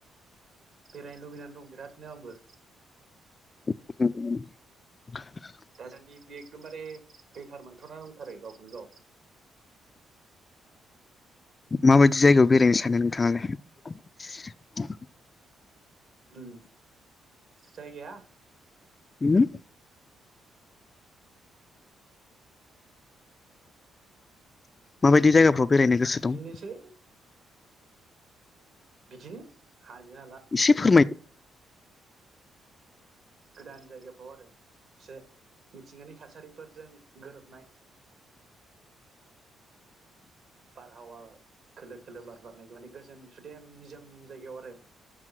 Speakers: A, on the right; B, on the left.
A: बेरायनो लुबैनानै दं बिरादनो आंबो
B: <inaudible>
A: दासान्दि बे एखदमबारे बेखार मोनथ'ना दंथारो गावखौनो गाव
B: माबायदि जायगायाव बेरायनो सानो नोंथाङालाय?
A: उम जायगाया
B: होम माबायदि जायगाफ्रा बेरायनो गोसो
A: बिदिनोसै
B: दं।
A: बिदिनो हाजो हाला
B: एसे फोरमायद
A: गोदान जायगाफ्राव आरो एसे मिथिंगानि थासारिफोरजों गोरोबनाय बारहावा खोलो खोलो बार बारनायखौ माने गोजोन सुदेम निजोम जायगायाव आरो